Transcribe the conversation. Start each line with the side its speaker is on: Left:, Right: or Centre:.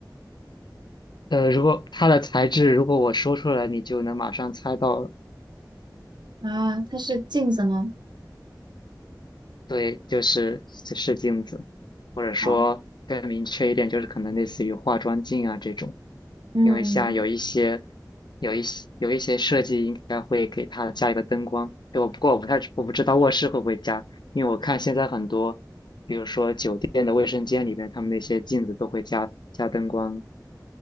Left: 呃，如果它的材质，如果我说出来，你就能马上猜到了。
Right: 啊，它是镜子吗？
Left: 对，就是是镜子，或者说更明确一点，
Right: 哦，
Left: 就是可能类似于化妆镜啊这种，
Right: 嗯，
Left: 因为像有一些有一些有一些设计应该会给它加一个灯光，对，我不过我不太我不知道卧室会不会加，因为我看现在很多，比如说酒店的卫生间里边，他们那些镜子都会加加灯光，